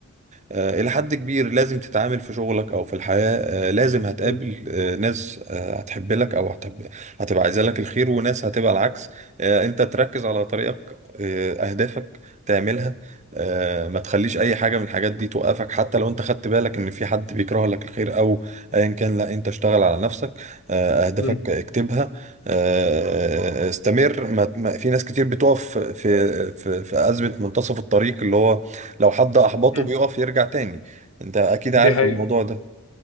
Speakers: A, on the right (about 35°); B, on the left (about 85°).
A: أه الى حد كبير لازم تتعامل في شغلك او في الحياة أه لازم هتقابل
B: مم.
A: أه ناس أه هتحب لك او هتحب هتبقى عايزة لك الخير وناس هتبقى العكس أه انت تركز على طريقك أه اهدافك تعملها أه ما تخليش اي حاجة من الحاجات دي توقفك حتى لو انت خدت بالك ان في حد بيكره لك الخير او ايا كان لا انت اشتغل على نفسك أه اهدافك
B: مم.
A: اكتبها آه، استمر ما ما- في ناس كتير بتقف في في في أزمة منتصف الطريق اللي هو لو حد أحبطه
B: مم.
A: بيقف يرجع تاني انت اكيد
B: دي
A: عارف
B: حقيقة
A: الموضوع ده